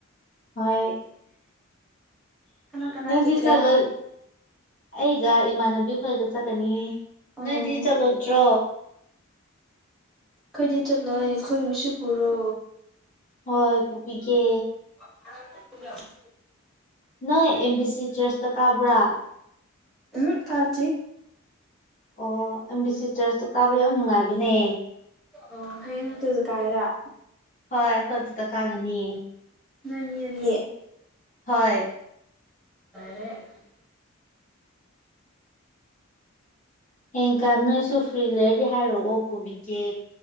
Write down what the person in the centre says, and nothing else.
ꯀꯅꯥ ꯀꯅꯥ
ꯆꯠꯀꯦꯔꯥ
ꯑꯣ
ꯀꯣꯏꯗꯤ ꯆꯠꯂꯦ ꯑꯩ ꯈꯣꯏ ꯎꯁꯨ ꯄꯨꯔꯣ
ꯄꯨꯣ <unintelligible> <inaudible>
ꯎꯝ ꯀꯜꯁꯤ
ꯑꯣ ꯍꯌꯦ ꯇꯦ ꯑꯗꯨ ꯀꯥꯏꯔ <inaudible>
ꯅꯪꯅꯦꯅꯦꯌꯦ <inaudible> <unintelligible>
ꯔꯦ <unintelligible> <inaudible>